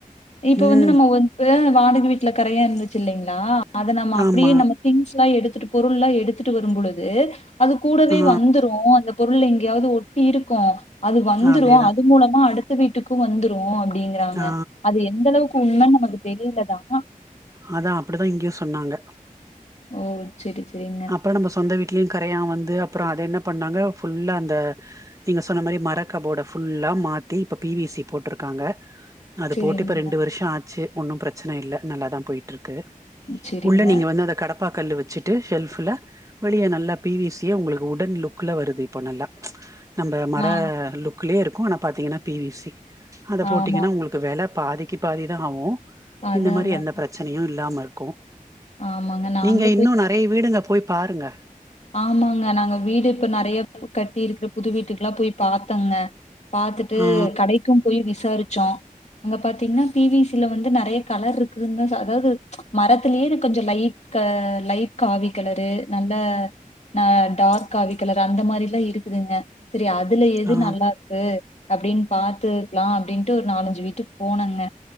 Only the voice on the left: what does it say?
இப்ப
வந்து நம்ம இப்பதான் வாடகை வீட்ல கரையா இருந்துச்சு இல்லைங்களா அதை நம்ம அப்டியே
நம்ம திங்ஸ் எல்லாம் எடுத்துட்டு பொருள் எல்லாம் எடுத்துட்டு வரும் பொழுது அது கூடவே
வந்துரும் அந்த பொருள் எங்கயாவது ஒட்டி இருக்கும் அது வந்துடும்
அது மூலமா அடுத் த்து வீட்டுக்கும் வந்துரும் அப்டிங்கறாங்க
அது எந்த அளவுக்கு உண்மன்னு நமக்கு தெரியல தான்
ஓ சரி சரிங்க
செரிங்க
செரிங்க
ஆ
ஆமா
அதா
அதா
ஆமாங்க நாங்களு
போய்
ஆமாங்க நாங்க வீடு இப்ப நிறைய கட்டியிருக்குற புது வீட்டுக்கெல்லாம் போய் பார்த்தோங்க பாத்துட்டு
கடைக்கும் போய் விசாரிச்சோம் அங்க பாத்தீங்கன்னா பி வி சி ல வந்து நிறைய கலர் இருக்குங்க அதாவது மரத்திலேயே என கொஞ்சம் லைட் கல லைட் காவி கலரு நல்ல ஆ டார்க் காவி கலர் அந்த மாதிரி எல்லாம் இருக்குதுங்க சரி அதுல எது
நல்லா கு அது அப்டின்னு பாத்து இருக்கலாம் அப்டின்ட்டு ஒரு நாலஞ்சு வீட்டுக்கு போனோங்க